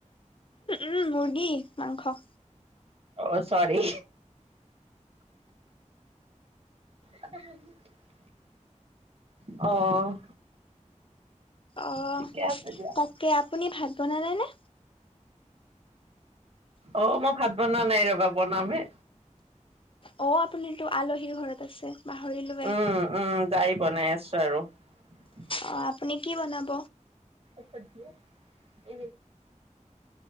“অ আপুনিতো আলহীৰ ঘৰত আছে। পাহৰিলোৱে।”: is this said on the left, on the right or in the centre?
Left